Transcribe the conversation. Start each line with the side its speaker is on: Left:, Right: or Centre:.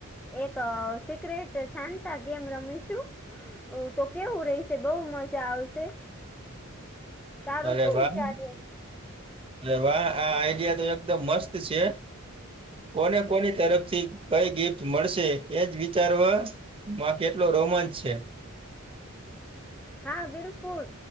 Centre: એક સિક્રેટ તે શાંતા ગેમ રમીશું. તો કેવું રહીશે બઉ મજા આવશે. તારો
Right: અરે
Centre: શું
Right: વાહ!
Centre: વિચાર છે
Right: અરે વાહ! આ આઈડિયા તો એકદમ મસ્ત છે. કોને કોની તરફથી કઈ ગિફ્ટ મળશે એજ વિચારવા માં કેટલો રોમાંચ છે.
Centre: હા બિલકુલ.